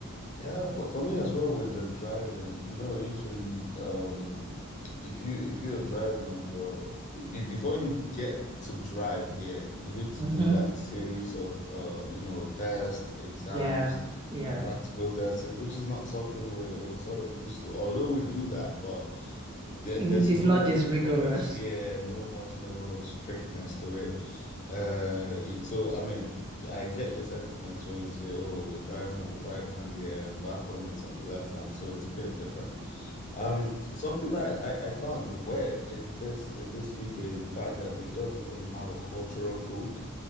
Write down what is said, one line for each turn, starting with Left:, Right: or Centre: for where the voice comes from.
Left: Yeah. For for me as well with the driving, you know, usually um If you if you are driving on your be- before you get to drive here, you need to
Right: hmm
Left: do like series of uh you know tests, exams,
Right: Yeah, yeah.
Left: and practical tests, it- which is not something we're we're sort of used to. Although we do that, but there,
Right: In-
Left: there's
Right: It's
Left: no
Right: not this rigorous.
Left: no much yeah no much level of strictness to it. Uh, it- so I mean, I get your sentiments when you say, "Oh, we're driving on the right hand here, and back home it's on the left hand," so it's a bit different. Um, something I, I, I found weird in this in this UK is the fact that they don't even have a cultural food.